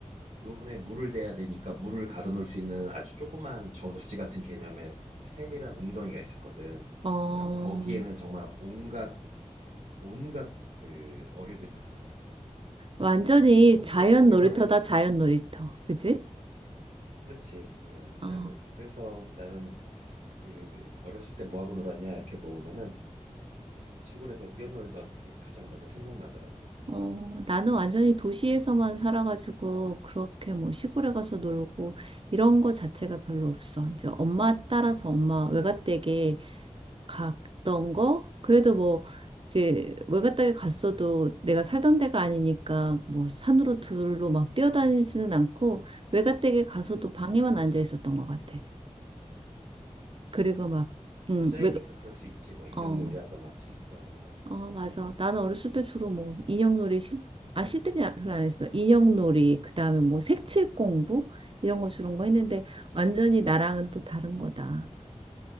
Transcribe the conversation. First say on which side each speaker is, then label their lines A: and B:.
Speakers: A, on the right; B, on the right.
A: 논에 물을 대야 되니까 물을 가둬놓을 수 있는 아주 조그만 저수지 같은 개념의 샘이한 웅덩이가 있었거든.
B: 어.
A: 그럼 거기에는 정말 온갖 온갖 그 어류들이 다 살았지.
B: 완전히
A: 음, 거기서
B: 자연
A: 거기서는
B: 놀이터다, 자연 놀이터. 그지?
A: 그렇지. 응, 자연놀이터.
B: 아,
A: 그래서 나는 그 어렸을 때 뭐 하고 놀았냐 이렇게 물어보면은 그렇게 시골에서 뛰어놀던 그게 가장 먼저 생각나더라고.
B: 어, 나는 완전히 도시에서만 살아가지고, 그렇게 뭐 시골에 가서 놀고, 이런 거 자체가 별로 없어. 이제 엄마 따라서 엄마 외갓댁에 갔던
A: 음,
B: 거? 그래도 뭐 이제 외갓 댁에 갔어도 내가 살던 데가 아니니까 뭐 산으로 둘로
A: 음, 음,
B: 막 뛰어다니지는 않고 외갓 댁에 가서도 방에만
A: 음.
B: 앉아 있었던 것 같아. 그리고
A: 뭐
B: 막 음,
A: 여자이니까
B: 외
A: 그럴 수 있지. 뭐 인형놀이
B: 어,
A: 하거나 실뜨기 하거나.
B: 어, 맞아. 나는 어렸을 때 주로 뭐 인형놀이 실, 아, 실뜨기 별로 안 했어. 인형놀이, 그다음에 뭐 색칠 공부
A: 음,
B: 이런 거 주로 거 했는데
A: 그렇지.
B: 완전히 나랑은
A: 음.
B: 또 다른 거다.